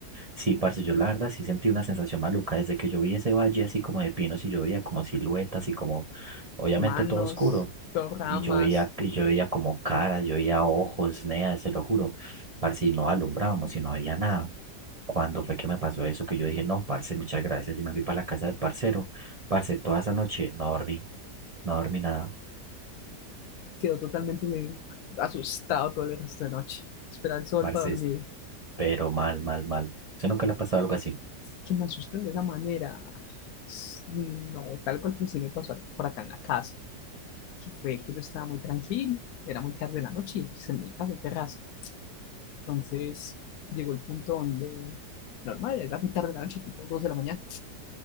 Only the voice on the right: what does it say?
Sí, parce, yo la verdad sí sentí una sensación maluca desde que yo vi ese valle así como de pinos y yo veía como siluetas y como, obviamente
todo oscuro.
Y yo veía, y yo veía como caras, yo veía ojos, nea, se lo juro. Parce, y no alumbrábamos y no había nada. Cuando fue que me pasó eso, que yo dije, no, parce, muchas gracias. Y me fui para la casa del parcero. Parce, toda esa noche no dormí, no dormí nada.
Parce,
pero mal, mal, mal. ¿Usted nunca le ha pasado algo así?